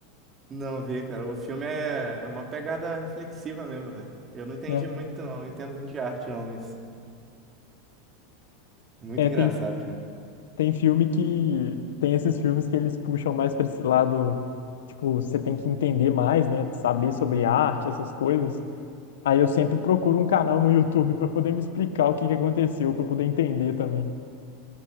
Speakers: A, on the right; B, on the left.
A: Não vi, cara. O filme é, é uma pegada reflexiva mesmo, velho. Eu não entendi
B: Né?
A: muito, não. Não entendo muito de arte, não, mas muito
B: É,
A: engraçado,
B: tem,
A: cara.
B: tem filme que. Tem esses filmes que eles puxam mais pra esse lado. Tipo, você tem que entender mais, né? Saber sobre arte, essas coisas. Aí eu sempre procuro um canal no YouTube para poder me explicar o que que aconteceu, para poder entender também.